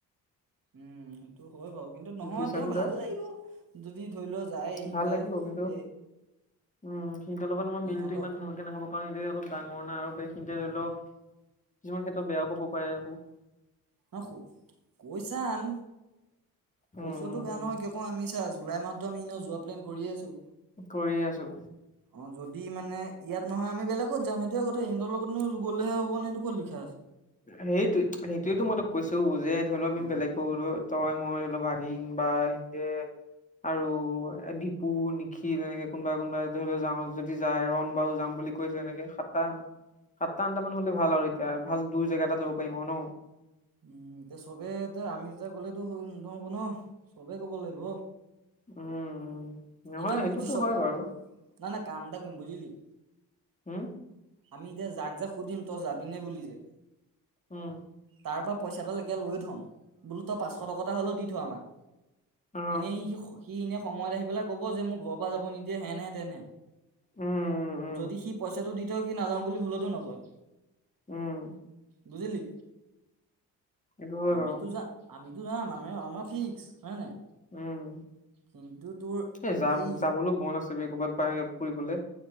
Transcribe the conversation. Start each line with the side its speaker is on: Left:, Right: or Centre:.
Right: উম, সেইটো হয় বাৰু কিন্তু নহয়
Left: বুজিছানে
Right: তেওঁ ভাল
Left: তই
Right: লাগিব যদি ধৰি ল' যায় সিহঁতে
Left: ভাল লাগিব কিন্তু
Right: এ
Left: উম, সিহঁতৰ লগত আমাৰ মিলটো
Right: ইহঁতক
Left: ইমান ভালকে নাখাব কাৰণ সেতে অলপ ডাঙৰ না আৰু <unintelligible> খিনিতে লৈ লও, কিছুমান ক্ষেত্ৰত বেয়াও পাব পাৰে আকৌ।
Right: ন, কৈ চাম। কৈ
Left: উম
Right: চোৱাটো
Left: উম
Right: বেয়া
Left: উম
Right: নহয়। কিয় কওঁ, আমি চা- জুলাই মাহতটো আমি এনেও যোৱা প্লেন কৰি আছো।
Left: কৰি আছো।
Right: অ যদি মানে, ইয়াত নহয় আমি বেলেগত যাম। সেইটোয়ে কথা। সিহতৰ লগতনো গ'লেহে হব নে, সেইটো ক'ত লিখা আছে।
Left: সেইটোয়ে। সেইটোয়েটো মই তোক কৈছো, যে- ধৰি লও আমি
Right: উম
Left: বেলেগকৈ গলোঁ হয়। তই- মই অলপ দিম। বা হিনতে আৰু দিপু, নিখিল। এনেকে কোনোবা -কোনোবা ধৰি লও যাওঁ যদি যায়। ৰন বা যাওঁ বুলি কৈছে। এনেকে। সাতটা, সাতটা- আঠটামান হলে ভাল আৰু এতিয়া। ভাল দূৰ জেগা এটা যাব পাৰিম, আও ন।
Right: উম। এতিয়া চবে, এতিয়া আমি দুটা গলেতো হৈ নহব ন। চবে ক'ব লাগিব।
Left: উম। উম নহয়
Right: এইবাৰ বুজিছ,
Left: সেইটোতো হয়
Right: কা -নাই।
Left: বাৰু
Right: নাই। কাম কৰিম। বুজিলি?
Left: হো?
Right: আমি এতিয়া যাক- যাক সুধিম, তই যাবিনে বুলি যে
Left: উম।
Right: তাৰপৰা পইচাডাল একে লৈয়ে থ'ম। বোলো- তই পাঁচশ টকা এটা হ'লেও দি থ' আমাক।
Left: অ
Right: এনেই। সি এনে সময়ত আহি পেলাই কব যে, মোক ঘৰৰ পৰা যাব নিদিয়ে। হেনহে- তেনহে
Left: উম উম
Right: যদি
Left: উম
Right: সি পইচাটো দি থয়, সি নাযাওঁ বুলি ভুলতো নকয়।
Left: উম।
Right: বুজিলি?
Left: এইটো হয়
Right: আমিতো
Left: বাৰু
Right: যা- আমি তো যাম। আমা- আমাৰ ফিক্স। হয় নে নাই।
Left: উম।
Right: কিন্তু তোৰ
Left: এ যাম
Right: এই
Left: যাবলৈ মন আছে বে, ক'বাত বা ফুৰিবলৈ।